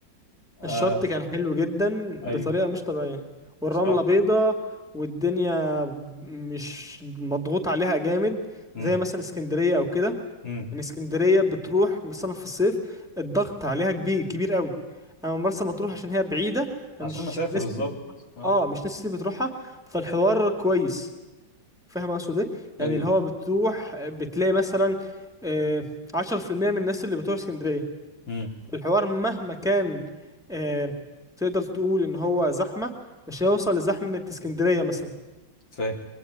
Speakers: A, on the left; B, in the centre.
A: آه
B: الشط كان حلو جدا
A: أيوه
B: بطريقة مش طبيعية والرملة
A: بصراحة
B: بيضة والدنيا مش مضغوط عليها جامد
A: امم
B: زي مثلا اسكندرية او كده
A: امم
B: ان اسكندرية بتروح مثلا في الصيف الضغط عليها كبير كبير قوي اما مرسى مطروح عشان هي بعيدة فمش
A: عشان مسافة
B: ناس
A: بالظبط
B: كتير بتروح
A: أه
B: اه مش ناس كتير بتروحها فالحوار كويس فاهم اقصد ايه يعني
A: أيوه
B: اللي هو بتروح بتلاقي مثلا آه، عشرة في المية من الناس اللي بتروح اسكندرية
A: مم.
B: الحوار مهما كان آه، تقدر تقول ان هو زحمة مش هيوصل لزحمة اسكندرية مثلا
A: فاهم